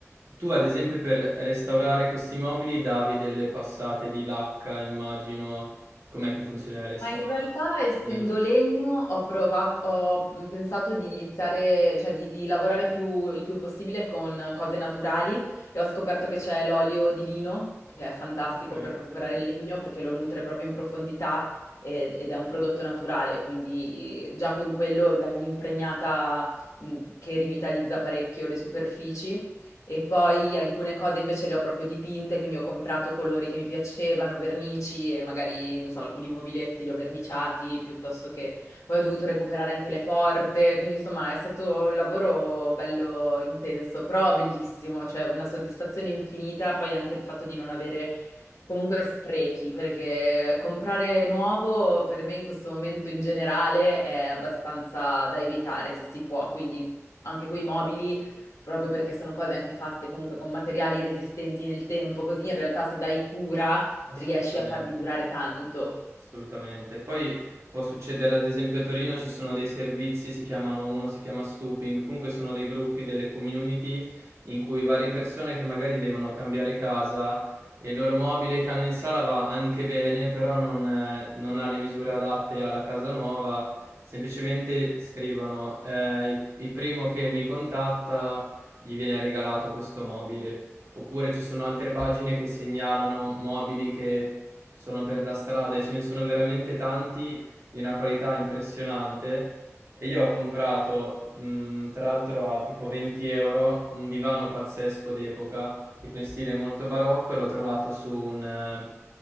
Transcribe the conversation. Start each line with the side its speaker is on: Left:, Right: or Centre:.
Right: tu, ad esempio, per restaurare questi mobili davi delle passate di lacca, immagino, com'è che funziona il restauro?
Left: Ma in realtà, essendo
Right: Nello specifico.
Left: legno, ho provato, ho mm, pensato di iniziare, cioè di, di lavorare più, il più possibile con cose naturali e ho scoperto che c'è l'olio di lino, che è fantastico
Right: Okay,
Left: per recuperare il legno perché lo nutre proprio in profondità ed, ed è un prodotto naturale, quindi già con quello dai un'impregnata mh, che rivitalizza parecchio le superfici e poi alcune cose invece le ho proprio dipinte, quindi ho comprato colori che mi piacevano, vernici e magari, non so, alcuni mobiletti li ho verniciati piuttosto che poi ho dovuto recuperare anche le porte, quindi insomma è stato un lavoro bello intenso, però bellissimo, cioè una soddisfazione infinita, poi anche il fatto di non avere comunque sprechi, perché comprare nuovo per me in questo momento in generale è abbastanza da evitare se si può, quindi anche coi mobili proprio perché sono cose anche fatte comunque con materiali resistenti nel tempo, così in realtà se dai cura
Right: assolutamente.
Left: riesci a farli durare tanto.
Right: Assolutamente. Poi può succedere, ad esempio, a Torino ci sono dei servizi, si chiamano uno si chiama Stooping, comunque sono dei gruppi, delle community in cui varie persone che magari devono cambiare casa e il loro mobile che hanno in sala va anche bene, però non, eh, non ha le misure adatte alla casa nuova, semplicemente scrivono eh, il primo che mi contatta gli viene regalato questo mobile. Oppure ci sono altre pagine che segnalano mobili che sono per la strada e ce ne sono veramente tanti di una qualità impressionante. E io ho comprato, mh, tra l'altro a tipo 20 euro, un divano pazzesco d'epoca, tipo in stile molto barocco, l'ho trovato su un eh,